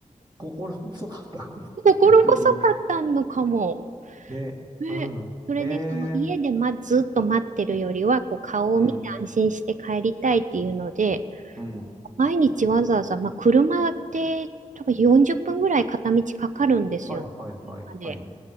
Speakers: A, on the right (about 30°); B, on the right (about 65°).
A: 心細かったこと、
B: 心細かったのかも。
A: 逆に。で、
B: ね。
A: うん。
B: それで、
A: へえ、
B: その家で、ま、ずっと待ってるよりは、こう顔を見て安心して帰りたいっていうので、
A: うん、うん。
B: 毎日わざわざ、まあ、車って多分40分ぐらい片道かかるんですよね。
A: はいはいはいはい。
B: みんなで。